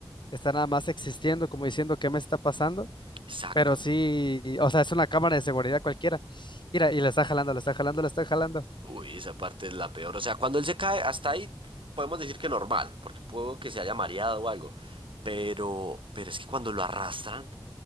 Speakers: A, on the left (about 65°); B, on the right (about 80°).
A: está nada más existiendo, como diciendo qué me está pasando,
B: exacto.
A: pero sí, o sea, es una cámara de seguridad cualquiera. Mira, y le está jalando, le está jalando, le está jalando.
B: Uy, esa parte es la peor. O sea, cuando él se cae, hasta ahí podemos decir que normal, porque puedo que se haya mareado o algo. Pero, pero es que cuando lo arrastran,